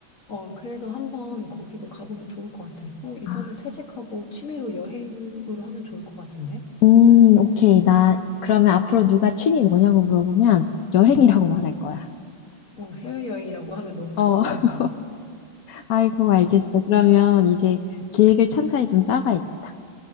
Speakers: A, on the left (about 40°); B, on the left (about 60°).
A: 어 그래서 한번 거기도 가보면 좋을 것 같아. 어, 이번에
B: 아,
A: 퇴직하고 취미로 여행으로 하면 좋을 것 같은데?
B: 음, 오케이. 나 그러면 앞으로 누가 취미 뭐냐고 물어보면 여행이라고 말할 거야.
A: 어 해외여행이라고 하면 너무 좋을
B: 어,
A: 것
B: <laughs>
A: 같다.
B: 아이고, 알겠어. 그러면 이제 계획을 찬찬히 좀 짜봐야겠다.